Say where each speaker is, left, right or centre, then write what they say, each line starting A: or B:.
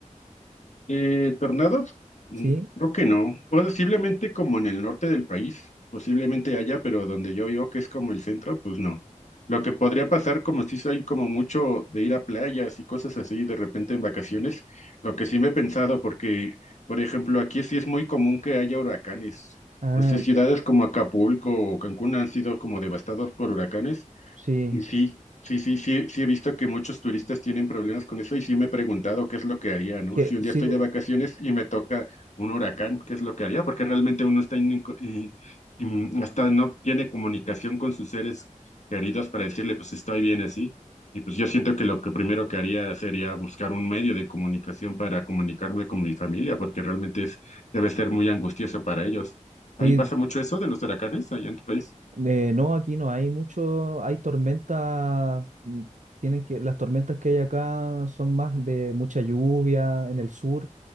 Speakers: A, on the left; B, on the right.
A: Eh, tornados, Mm,
B: Sí,
A: creo que no. Posiblemente como en el norte del país, posiblemente haya, pero donde yo vivo, que es como el centro, pues no. Lo que podría pasar, como si hay como mucho de ir a playas y cosas así de repente en vacaciones, lo que sí me he pensado, porque, por ejemplo, aquí sí es muy común que haya huracanes.
B: ah,
A: No sé, ciudades como Acapulco o Cancún han sido como devastados por huracanes.
B: sí,
A: Y sí, sí, sí, sí, sí he visto que muchos turistas tienen problemas con eso y sí me he preguntado qué es lo que haría, ¿no?
B: que
A: Si un
B: sí,
A: día estoy
B: po-
A: de vacaciones y me toca un huracán, ¿qué es lo que haría? Porque realmente uno está in- in- in- hasta no tiene comunicación con sus seres queridos para decirle, pues estoy bien así. Y pues yo siento que lo que primero que haría sería buscar un medio de comunicación para comunicarme con mi familia, porque realmente es, debe ser muy angustioso para ellos. Ahí
B: sí,
A: pasa mucho eso de los huracanes allá en tu país.
B: eh, no, aquí no hay mucho, hay tormentas, mm, tienen que, las tormentas que hay acá son más de mucha lluvia en el sur,